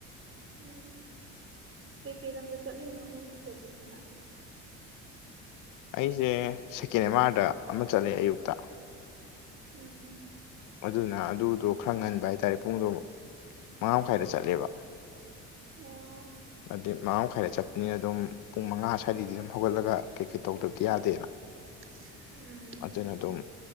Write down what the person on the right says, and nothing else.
ꯎꯝ ꯀꯩꯀꯩꯔꯝꯗ ꯆꯠꯂꯅꯍ ꯨꯇ ꯆꯄꯅꯥ
ꯎꯝ
ꯑꯣ
<unintelligible> ꯎꯝ